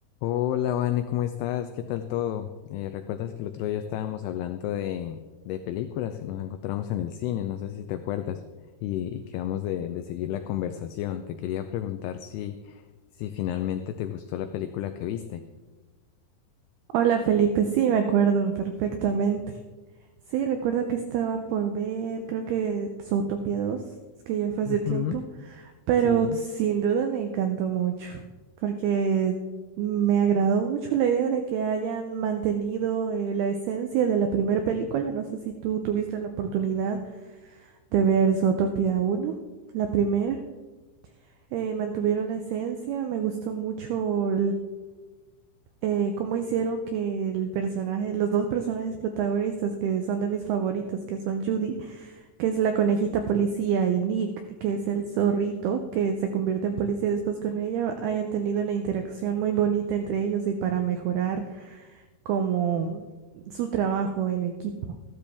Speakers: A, on the left (about 90°); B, on the right (about 85°).
A: Hola, Vane, ¿cómo estás? ¿Qué tal todo? Eh, ¿recuerdas que el otro día estábamos hablando de, de películas? Nos encontramos en el cine, no sé si te acuerdas, y, y quedamos de, de seguir la conversación. Te quería preguntar si, si finalmente te gustó la película que viste.
B: Hola Felipe, sí, me acuerdo perfectamente. Sí, recuerdo que estaba por ver, creo que Zootopia 2, es que ya fue hace
A: Ujú,
B: tiempo, pero
A: Sí,
B: sin duda me encantó mucho, porque me agradó mucho la idea de que hayan mantenido eh, la esencia de la primera película. No sé si tú tuviste la oportunidad de ver Zootopia 1, la primera. Eh, mantuvieron la esencia, me gustó mucho eh, cómo hicieron que el personaje, los dos personajes protagonistas que son de mis favoritos, que son Judy, que es la conejita policía, y Nick, que es el zorrito, que se convierte en policía después con ella, hayan tenido una interacción muy bonita entre ellos y para mejorar como su trabajo en equipo.